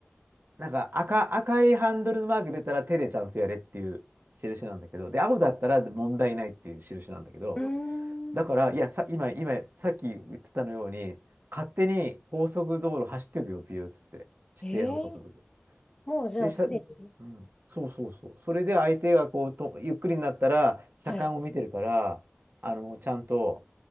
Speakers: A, on the right (about 50°); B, on the left (about 15°).
A: なんか赤、赤いハンドルのマーク出たら手でちゃんとやれっていう印なんだけど、で、青だったら問題ないっていう印なんだけど、
B: うん。
A: だから、
B: うーん。
A: いや、さ、今、今、さっき言ってたのように、勝手に高速道路走っていくよ、ピューっつって、指定の速度で。
B: ええ。もうじゃあすでに。
A: で、しゃ、うん。そうそうそう。それで相手がこうと、ゆっくりになったら、車間を見てるから、
B: はい。
A: あの、ちゃんと